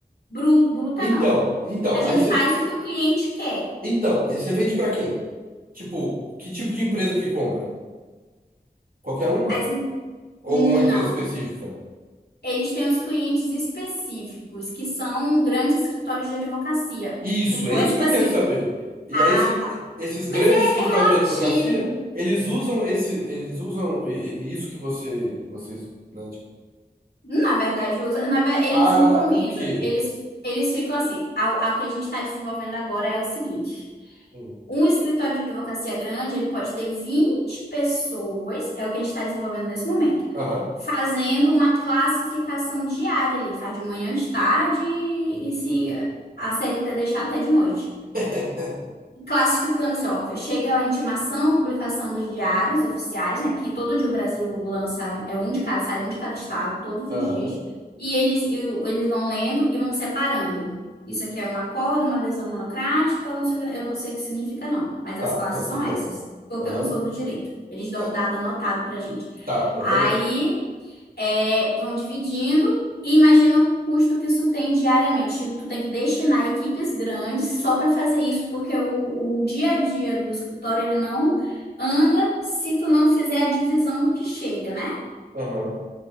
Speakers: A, on the left; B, on the right.
A: bru- bruta,
B: Então,
A: não.
B: então,
A: A gente
B: aí você.
A: faz o que o cliente quer.
B: Então, e você vende para quem? Tipo, que tipo de empresa que compra? Qualquer uma?
A: As, em-
B: Ou uma empresa
A: não.
B: específica?
A: Eles têm os clientes específicos, que são grandes escritórios de advocacia.
B: Isso,
A: Tipo,
B: é isso
A: É tipo
B: que eu
A: assim,
B: quero saber. E
A: ah,
B: aí, esse-
A: tá.
B: esses
A: Mas
B: grandes
A: é
B: escritórios
A: é relativo.
B: de advocacia, eles usam esse, eles usam i- i- isso que você, que vocês, né, tipo,
A: Na verdade, usa, na ve- eles
B: para
A: encomendam.
B: o quê?
A: Eles, eles ficam assim. A, a que a gente está desenvolvendo agora é o seguinte.
B: Hum.
A: Um escritório de advocacia grande, ele pode ter 20 pessoas, é o que a gente está desenvolvendo nesse momento,
B: Aham,
A: fazendo uma classificação diária. Ele faz de manhã, de tarde e se a CLT deixar até de noite
B: <laughs>
A: classificando assim, ó, chega a intimação, publicação dos diários oficiais, né, que todo dia o Brasil lança, é um de cada, sai um de cada estado, todos
B: aham,
A: os dias, e eles, e o- eles vão lendo e vão separando. Isso aqui é um acordo, uma adesão monocrática, eu não sei, o que- eu não sei o que significa, não, mas
B: tá,
A: as classes
B: não, tudo
A: são essas,
B: bem.
A: porque
B: Aham,
A: eu não sou do direito. Eles dão
B: tá,
A: o dado anotado pra gente.
B: tá, não,
A: Aí.
B: beleza.
A: É, vão dividindo e imagina o custo que isso tem diariamente. Tipo, tu tem que destinar equipes grandes só para fazer isso, porque o, o dia a dia do escritório ele não anda se tu não fizer a divisão do que chega, né?
B: Aham,